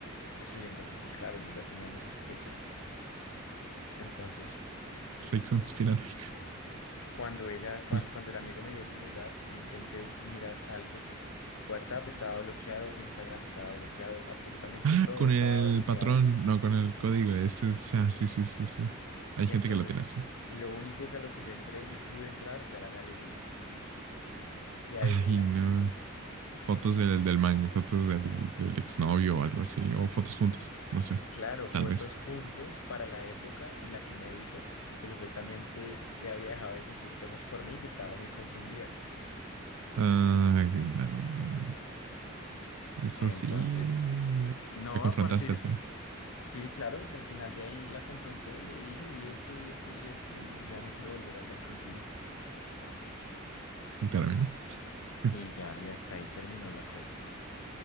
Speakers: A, on the left; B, on the right.
A: así, entonces pues claro, yo ya tenía mis sospechas. Entonces,
B: Rey conspiranoico.
A: cuando ella, cuan-
B: Es-
A: cuando el amigo me dio el celular, yo intenté mirar algo, WhatsApp estaba bloqueado, Instagram estaba bloqueado, absolutamente
B: Ah,
A: todo
B: con
A: estaba
B: el
A: bloqueado.
B: patrón, no con el código. Ese es. Ah, sí, sí, sí, sí. Hay
A: Y
B: gente
A: entonces,
B: que lo tiene así.
A: lo único que a lo que yo entré y pude entrar fue a la galería. Y adivina.
B: Ay, no. Fotos del, del man, fotos del, del, del exnovio o algo así, o fotos juntos, no sé,
A: Claro, fotos
B: tal vez.
A: juntos para la época en la que me dijo que supuestamente ya había dejado de sentir cosas por mí y que estaba muy confundida.
B: Ay, no, no. Eso
A: Entonces,
B: sí, eh,
A: no,
B: la confrontaste
A: a partir,
B: al final,
A: sí, claro, al final de ahí la confronté, le dije, vi esto vi esto vi esto y ya no quiero volver a hablar contigo.
B: literalmente, ¿no?
A: Y
B: <laughs>
A: ya, y hasta ahí terminó la cosa.